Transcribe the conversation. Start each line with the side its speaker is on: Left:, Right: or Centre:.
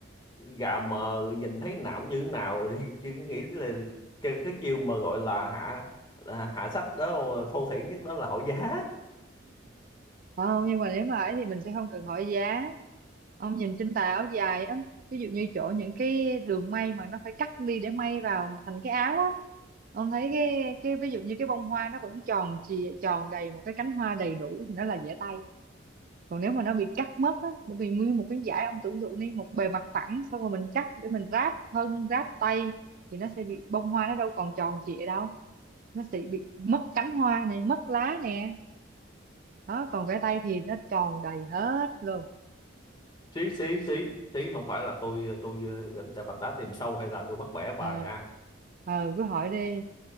Left: gà mờ nhìn thấy não như thế nào thì chứ nghĩ là cái, cái chiêu mà gọi là hạ là hạ sách đó ờ, thô thiển nhất đó là hỏi giá
Right: không nhưng mà nếu mà ấy thì mình sẽ không cần hỏi giá ông nhìn trên tà áo dài á ví dụ như chỗ những cái đường may mà nó phải cắt đi để may vào thành cái áo á ông thấy cái cái ví dụ như cái bông hoa nó vẫn tròn chì tròn đầy một cái cánh hoa đầy đủ thì nó là dễ tay còn nếu mà nó bị cắt mất á bởi vì nguyên một cái dải ông tưởng tượng đi một bề mặt phẳng xong rồi mình cắt để mình ráp thân ráp tay thì nó sẽ bị bông hoa nó đâu còn tròn trịa đâu nó sẽ bị mất cánh hoa này mất lá nè đó còn vẽ tay thì nó tròn đầy hết luôn
Left: xí xí xí xí không phải là tôi tôi gạch ra vạch đá tìm sâu hay là tôi bắt bẻ bài
Right: ờ
Left: à.
Right: ờ cứ hỏi đi